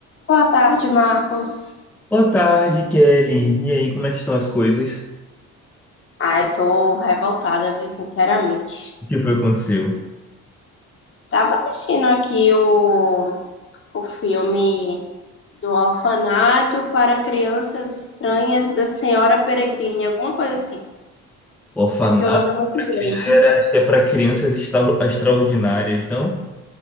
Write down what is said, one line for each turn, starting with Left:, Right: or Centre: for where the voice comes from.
Left: Boa tarde, Marcos.
Centre: Boa tarde, Kelly. E aí, como é que estão as coisas?
Left: Ah, eu tô revoltada, viu, sinceramente.
Centre: O que foi que aconteceu?
Left: Tava assistindo aqui o, o filme do Orfanato para Crianças Estranhas da Senhora Peregrine, alguma coisa assim.
Centre: O orfanato
Left: É porque o nome é muito
Centre: para crianças
Left: grande.
Centre: é para crianças extra- extraordinárias, não?